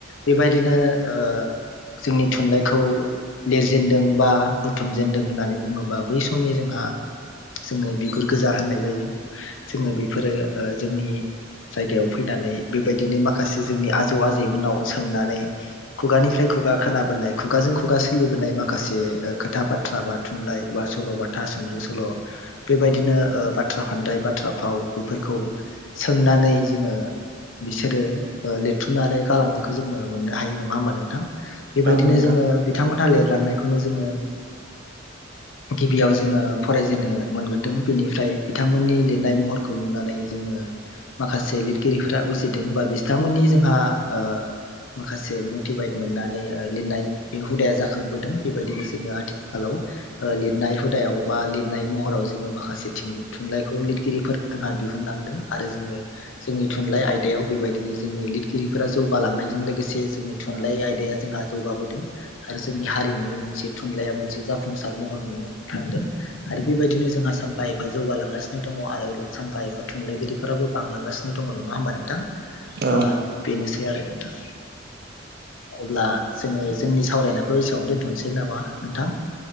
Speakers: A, on the left; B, on the right.
A: बेबायदिनो ओ जोंनि थुनलाइखौ लिरजेनदों बा बुथुमजेनदों होननानै बुङोबा बै समनि जोंहा जोङो बिगुर गोजा होननाय जायो जोङो बेफोरो ओ जोंनि जायगायाव फैनानै बेबायदिनो माखासे जोंनि आजौ आजैमोननाव सोंनानै खुगानिफ्राय खु खुगा खोनाबोनाय खुगाजों खुगा सोलिबोनाय माखासे खोथा बाथ्रा बा थुनलाइ बा सल'बाथा सुंद' सल' बेबायदिनो ओ बाथ्रा फान्दाय बाथ्रा फाव बेफोरखौ सोंनानै जोङो बिसोरो लिरथुमनानै गालांनायखौ जोङो मोननो हायो नङा होमबा नोंथां? बेबायदिनो
B: औ नोंथां
A: जोङो बिथांमोनहा लिरलांनायखौनो जोङो गिबियाव जोङो फरायजेननो मोनग्रोदों बेनिफ्राय बिथांमोननि लिरनाय महरखौ नुनानै जोङो माखासे लिरगिरिफ्रा उजिदों बा बिथांमोननि जोंहा ओ माखासे मटिभेट मोननानै लिरनाय बे हुदाया जाखांबोदों बेबायदिनो जोङो आथिखालाव ओ लिरनाय हुदायाव बा लिरनाय महराव जोङो माखासे थिं थुनलाइखौ लिरगिरिफोर जोंहा दिहुनलांदों आरो जोङो जोंनि थुनलाइ आयदायाव बेबायदिनो जोंनि लिरगिरिफोरा जौगालांनायजों लोगोसे जोंनि
B: औ
A: थुनलाइ आयदाया जोंहा जौगाबोदों आरो जोंनि हारिमु मोनसे थुनलाइ मोनसे जाफुंसार महर मोननो थांदों आरो बेबायदिनो जोंहा सानफा एफा जौगालां गासिनो दङ' आरो सानफा एफा थुनलाइगिरिफोराबो बांलांगासिनो दङ' नङा होमबा नोंथां
B: औ
A: ओ बेनोसै आरो नोंथां अब्ला जोङो
B: औ
A: जोंनि सावरायनायखौ एसेबांनो दोन्थ'नोसै नामा नोंथां?